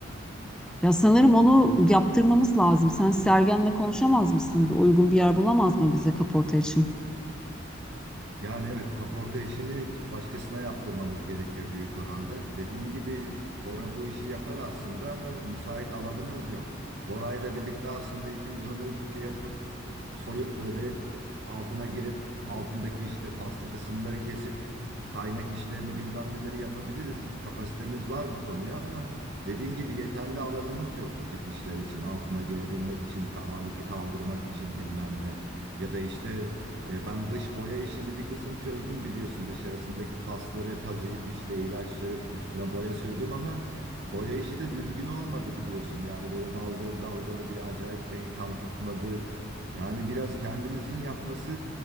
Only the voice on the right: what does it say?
Yani evet kaporta işini başkasına yaptırmamız gerekiyor büyük oranda. Dediğin gibi Bora bu işi yapar aslında ama müsait alanımız yok. Bora ile birlikte aslında ikimiz onu şey yapıp soyup böyle altına girip altındaki işte paslı kısımları kesip kaynak işlerini bilmem neleri yapabiliriz. Kapasitemiz var bu konuya ama dediğin gibi yeterli alanımız yok bu tip işler için. Altına girebilmek için, ka- aleti kaldırmak için bilmem ne. Ya da işte e, Ben dış boya işini bir kısım çözdüm biliyorsun dışarısındaki pasları kazıyıp işte ilaç sürüp üstüne boya sürdüm ama boya işi de düzgün olmadı biliyorsun yani böyle dalgalı dalgalı bir acayip renk tam tutmadı. Yani biraz kendimizin yapması